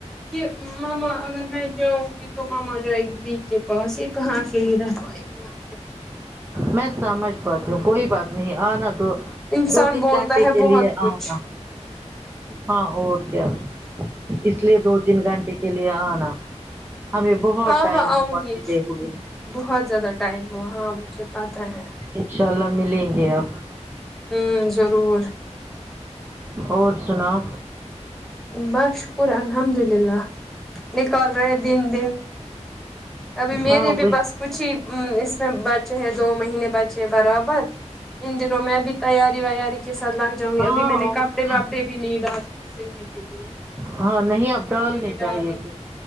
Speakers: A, in the centre; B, on the right (about 20°).
A: کہ ماما اگر میں جاؤں گی تو ماما جائے گی دی کے پاس یے کہاں سے دی را <unintelligible>
B: میں سمجھ پاتی ہوں کوئی بات نہیں آنا تو
A: انسان
B: دو تین
A: بولتا
B: گھنٹے
A: ہے
B: کے
A: بہت
B: لیے
A: کچھ
B: آنا ہاں اور کیا اس لیے دو تین گھنٹے کے لیے آنا ہمیں بہت
A: ہاں
B: ٹائم
A: ہاں آؤں
B: ہوا
A: گی
B: توجہ دیکھوں گے
A: بہت زیادہ ٹائم ہو ہاں مجھے پاتہ ہے
B: انشاء اللہ ملیں گے اب
A: ہمم ضرور
B: اور سناؤ
A: بس شکر الحمد للہ نکال رہے ہے دن دن ابھی میرے
B: ہاں
A: بھی
B: وہی
A: بس کچھ ہی اس میں بچے ہے دو مہینے بچے ہیں برابر ان دنوں میں ابھی تیاری ویاری کے ساتھ لگ جؤں گی
B: ہاں
A: ابھی میں نے
B: اور
A: کپڑے
B: کیا
A: واپڑے بھی نہیں ڈالے سلنے کے لیے
B: ہاں نہیں اب
A: کپڑے
B: ڈال نے
A: بھی ڈالنے
B: چاہیے تھے